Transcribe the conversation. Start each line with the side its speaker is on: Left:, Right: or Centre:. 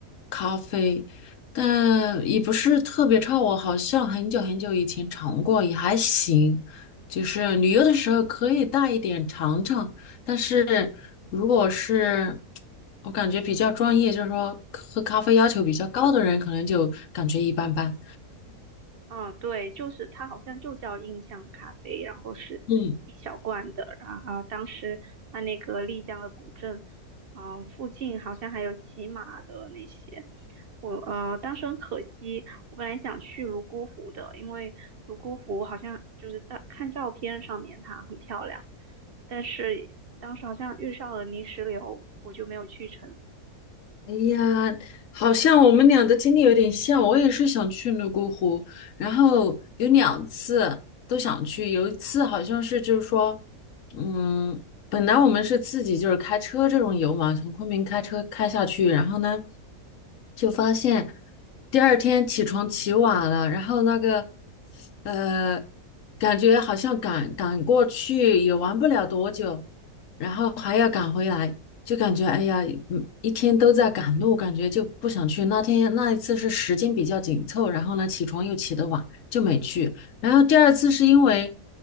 Left: 咖啡，但也不是特别差。我好像很久很久以前尝过，也还行。就是旅游的时候可以带一点尝尝，但是如果是我感觉比较专业，就是说喝咖啡要求比较高的人，可能就感觉一般般。
Right: 嗯，对，就是它好像就叫印象咖啡，然后是一小罐的，
Left: 嗯。
Right: 然后当时它那个丽江的古镇，嗯、附近好像还有骑马的那些，我呃当时很可惜，我本来想去泸沽湖的，因为泸沽湖好像就是在看照片上面它很漂亮，但是当时好像遇上了泥石流，我就没有去成，
Left: 哎呀，好像我们俩的经历有点像。我也是想去泸沽湖，然后有两次都想去。有一次好像是就是说，嗯，本来我们是自己就是开车这种游嘛，从昆明开车开下去，然后呢，就发现第二天起床起晚了，然后那个呃，感觉好像赶赶过去也玩不了多久，然后还要赶回来。就感觉哎呀，嗯一天都在赶路，感觉就不想去。那天那一次是时间比较紧凑，然后呢起床又起得晚，就没去。然后第二次是因为